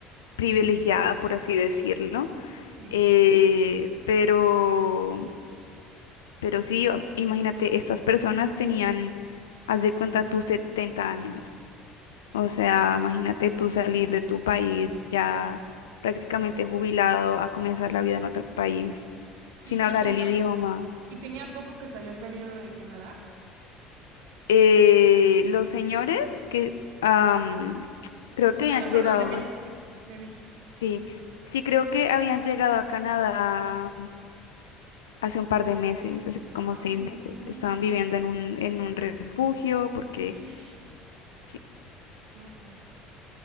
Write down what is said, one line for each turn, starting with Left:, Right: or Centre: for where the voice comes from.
Left: privilegiada, por así decirlo.
Right: Sí.
Left: Eh, pero, pero sí, o- imagínate, estas personas tenían, haz de cuenta, tus 70 años. O sea, imagínate tú salir de tu país ya prácticamente jubilado a comenzar la vida en otro país sin
Right: Y,
Left: hablar
Right: y tenía-
Left: el idioma.
Right: Y tenía poco que se había salido de Canadá.
Left: Eh, los señores que am, creo que habían
Right: Ah, no,
Left: llegado,
Right: perdón, de México. De México.
Left: sí, sí creo que habían llegado a Canadá hace un par de meses, hace como
Right: Ay,
Left: seis meses.
Right: no,
Left: Estaban
Right: no.
Left: viviendo en un, en un refugio porque
Right: Ish,
Left: sí,
Right: qué horror.